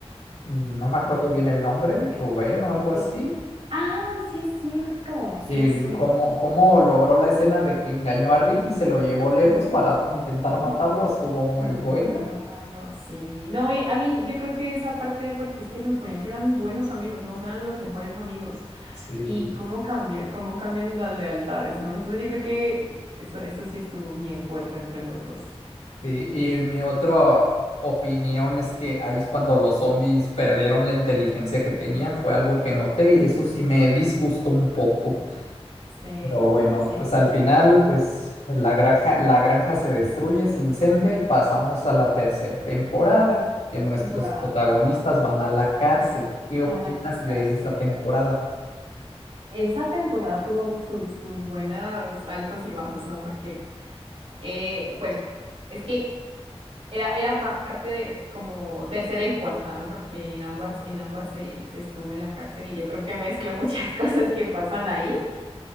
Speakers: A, on the left; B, on the right.
A: no me acuerdo
B: ¿Cuál?
A: bien el nombre, Rubén o algo
B: Sí,
A: así,
B: sí. Ay, sí es cierto, sí
A: el,
B: es cierto.
A: cómo, cómo logró la escena de que engañó a Rick y se lo llevó lejos
B: Ujú,
A: para intentar
B: ujú.
A: matarlo, estuvo muy
B: Intentar
A: buena.
B: matarlo, sí. No, y a mí yo creo que esa parte, porque es que se suponían que eran buenos amigos, no O sea, eran los mejores amigos.
A: Sí,
B: Y cómo cambia, cómo cambian las lealtades, ¿no? Entonces yo creo que eh, eso, eso sí estuvo bien fuerte entre los dos.
A: sí, y mi otra opinión es que ahí es cuando los zombies perdieron la inteligencia que tenían, fue algo que noté y eso sí me disgustó un poco.
B: Sí,
A: Pero bueno,
B: sí.
A: pues al final, pues la granja, la granja se destruye, se incendia y pasamos a la tercera temporada,
B: A la primera
A: que nuestros
B: temporada.
A: protagonistas van a la cárcel. ¿Qué opinas
B: A la
A: de
B: cárcel,
A: esa
B: exacto.
A: temporada?
B: Esa temporada tuvo sus, sus buenos altos y bajos, ¿no? Porque, eh, bueno, es que era, era parte de como tercera y cuarta, ¿no? Porque en ambas, en ambas se, se estuvo en la cárcel y yo creo que mezcló muchas <laughs> cosas que pasan ahí.